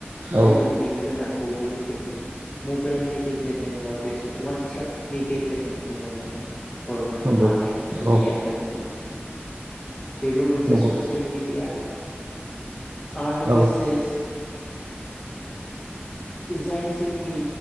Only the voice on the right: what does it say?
औ
नंगौ
औ
नंगौ
औ